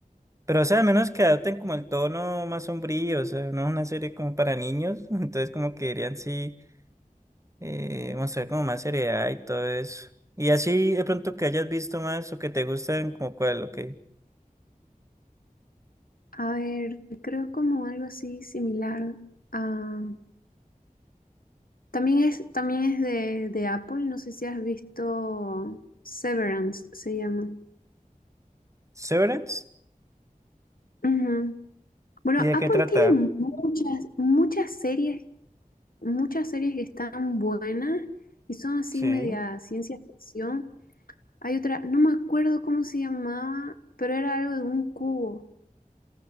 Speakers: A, on the right (about 20°); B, on the left (about 80°).
A: Pero, o sea, al menos que adopten como el tono más sombrío, o sea, no es una serie como para niños, <laughs> entonces como que deberían sí eh, mostrar como más seriedad y todo eso. Y así de pronto que hayas visto más o que te gusten, como cuál, o qué.
B: A ver, creo como algo así similar a... También es, también es de, de Apple, no sé si has visto Severance, se llama.
A: Severance,
B: Ujú. Bueno,
A: ¿y de
B: Apple
A: qué trata?
B: tiene muchas, muchas series, muchas series que están buenas y son así
A: Sí,
B: media ciencia ficción. Hay otra, no me acuerdo cómo se llamaba, pero era algo de un cubo.